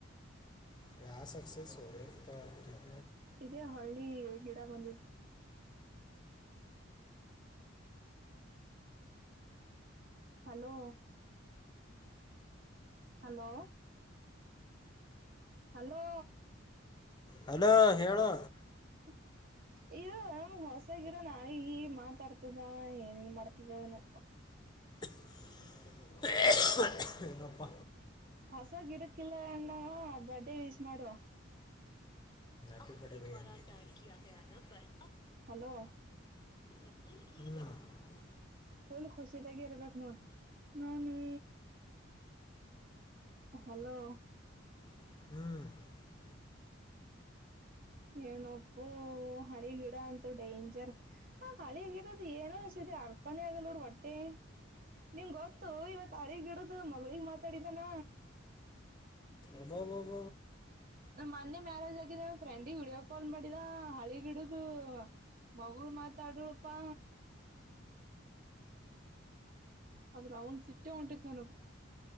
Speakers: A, on the left (about 20°); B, on the right (about 45°).
A: <unintelligible>
B: ಇದೇ ಹಳ್ಳಿ ಗೀಡಾ ಬಂದ ಹಲೋ ಹಲೋ ಹಲೋ
A: ಹಲೋ ಹೇಳು
B: <unintelligible> ಇದು ನಮ ಹೊಸ ಗಿಡ ನಾ ಈ ಮಾತಾಡ್ತದನ್ ಏನ್ ಮಾಡ್ತದ ಏನೋ ಹಾ
A: <unintelligible> ಏನಪ್ಪ
B: ಹೊಸ ಗಿಡ ಕ್ ಹಾಕಿಲ್ಲ ಅಣ್ಣ ಬರ್ಡೇ ವಿಶ್ ಮಾಡು
A: <unintelligible>
B: ಹಲೋ
A: <unintelligible>
B: ಫೂಲ್ ಖುಷಿ ದಾಗ ಇರಬೇಕ ನೋಡ ನೋಡು ನೀ ಹಲೋ
A: <unintelligible>
B: ಏನಪ್ಪು ಹಳಿ ಗಿಡ ಅಂತೂ ಡೇಂಜರ್ ಆ ಹಳಿ ಗಿಡದ ಏನು ಇ ಅರ್ಥನೇ ಆಗಲ್ಲೋಡ ಒಟ್ಟೆ ನಿಮ್ ಗೊತ್ತು ಇವತ್ ಅರಿಗ್ ಗಿಡುದು ಮಗಳಿಗೆ ಮಾತಾಡಿದಾನ
A: ಅಬಾಬಬಬ
B: ನಮ್ ಮೊನೆೆ ಮ್ಯಾರೇಜ್ ಆಗಿದ ಫ್ರೆಂಡಿ ವಿಡಿಯೋ ಕಾಲ್ ಮಾಡಿದ ಹಳಿ ಗಿಡುದು ಮಗಳು ಮಾತಾಡರಪ್ಪಾ ಅದ್ರ ಅವನ್ ಸಿಟ್ಟೆ ಉಂಟಿತ್ತು ನನ